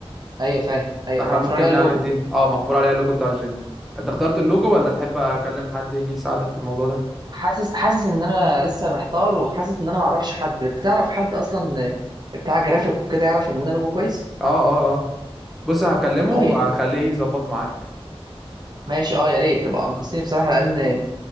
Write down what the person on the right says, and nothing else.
ايوه فاهم ايوه
مفروض
عليها اللوجو
حاسس حاسس ان انا لسه محتار وحاسس ان انا ما اعرفش حد تعرف حد اصلا بتاع جرافيك وكده يعرف يعمل لنا لوجو كويس
طيب
ماشي اه يا ريت تبقى انقذتني بصراحه لان